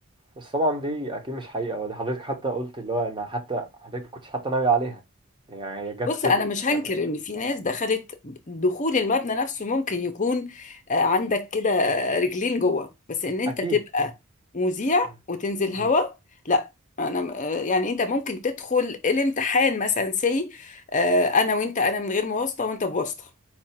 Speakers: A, on the right; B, on the left.
A: بس طبعا دي أكيد مش حقيقة ودي حضرتك حتى قلت اللي هو إن حتى حضرتك ما كنتش حتى ناوي عليها يعني هي جت
B: بص
A: كده
B: انا مش
A: سمعت
B: هنكر
A: عنها.
B: ان في
A: صح؟
B: ناس دخلت دخول المبنى نفسه ممكن يكون آه، عندك كده آه، رجلين جوه بس ان انت
A: أكيد
B: تبقى مذيع
A: مم.
B: وتنزل
A: مم.
B: هوا لا انا آه، يعني انت ممكن تدخل الامتحان مثلا سي انا وانت انا من غير مواسطه وانت بواسطه